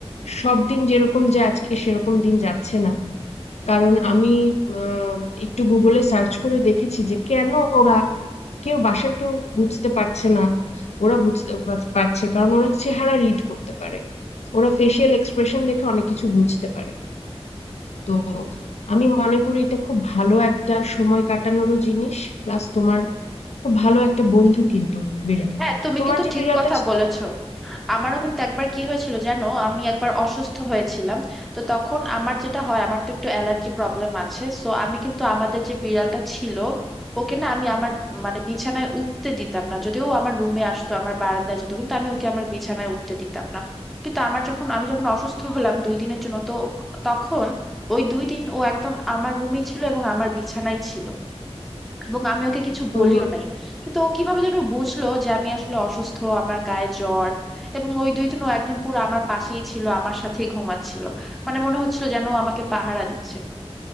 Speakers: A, on the left (about 85°); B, in the centre.
A: সব দিন যেরকম যায় আজকে সেরকম দিন যাচ্ছে না কারণ আমি আহ, একটু গুগলে সার্চ করে দেখেছি যে কেন ওরা কেউ বাসার কেউ বুঝতে পারছে না ওরা বুঝতে পারছে কারণ ওরা চেহারা রিড করতে পারে ওরা ফেসিয়াল এক্সপ্রেশন দেখে অনেক কিছু বুঝতে পারে তো আমি মনে করি এটা খুব ভালো একটা সময় কাটানোরও জিনিস প্লাস তোমার খুব ভালো একটা বন্ধু কিন্তু বিড়াল
B: হ্যাঁ তুমি
A: তোমার
B: কিন্তু
A: যে
B: ঠিক
A: বিড়ালটা
B: কথা
A: ছিল
B: বলেছো আমারও কিন্তু একবার কি হয়েছিল জানো আমি একবার অসুস্থ হয়েছিলাম তো তখন আমার যেটা হয় আমার তো একটু অ্যালার্জি প্রবলেম আছে সো আমি কিন্তু আমাদের যে বিড়ালটা ছিল ওকে না আমি আমার মানে বিছানায় উঠতে দিতাম না যদিও ও আমার রুমে আসতো আমার বারান্দায় যেত কিন্তু আমি ওকে আমার বিছানায় উঠতে দিতাম না কিন্তু আমার যখন আমি যখন অসুস্থ হলাম দুই দিনের জন্য তো তখন ওই দুই দিন ও একদম আমার রুমেই ছিল এবং আমার বিছানায় ছিল এবং আমি ওকে কিছু বলিও
A: উম
B: নাই কিন্তু ও কিভাবে যেন বুঝলো যে আমি আসলে অসুস্থ আমার গায়ে জ্বর এবং ওই দুই দিন ও একদম পুরো আমার পাশেই ছিল আমার সাথেই ঘুমাচ্ছিল মানে মনে হচ্ছিল যেন ও আমাকে পাহারা দিচ্ছে